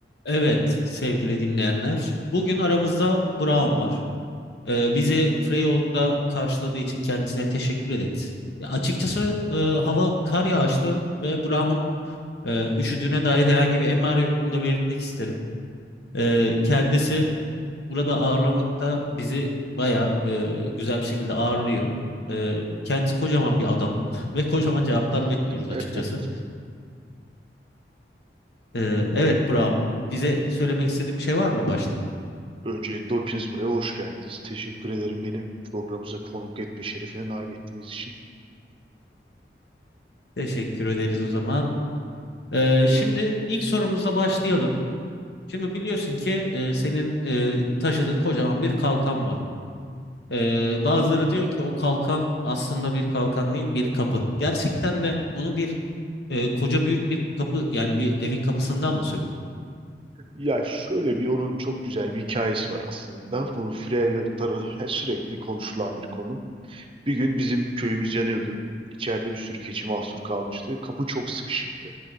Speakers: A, on the left (about 75°); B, on the right (about 30°).
A: Evet sevgili dinleyenler. Bugün aramızda Brown var. Ee, bizi Freyold'da karşıladığı için kendisine teşekkür ederiz. Ya açıkçası e, hava kar yağışlı ve Brown'un e, üşüdüğüne dair herhangi bir emare yok. Bunu da belirtmek isterim. Ee, kendisi burada ağırlamakta bizi bayağı e, güzel bir şekilde ağırlıyor. Ee, kendisi kocaman bir adam <laughs> ve kocaman
B: <laughs>
A: cevaplar bekliyoruz açıkçası. Ee, evet Brown bize söylemek istediğin bir şey var mı başta?
B: Öncelikle hepiniz buraya hoş geldiniz. Teşekkür ederim beni programımıza konuk etme şerefine nail ettiğiniz için.
A: Teşekkür ederiz
B: Hı,
A: o zaman. Ee, şimdi ilk sorumuzla başlayalım. Şimdi biliyorsun ki e, senin e, taşıdığın kocaman bir kalkan var. Ee, bazıları diyor ki o kalkan aslında bir kalkan değil bir kapı. Gerçekten de onu bir e, koca büyük bir kapı yani bir evin
B: hı.
A: kapısından mı söktün?
B: Ya şöyle bir onun çok güzel bir hikayesi var aslında. Bu Freyalıkları sürekli konuşulan bir konu. Bir gün bizim köyümüz yanıyordu. İçeride bir sürü keçi mahsur kalmıştı. Kapı çok sıkışıktı.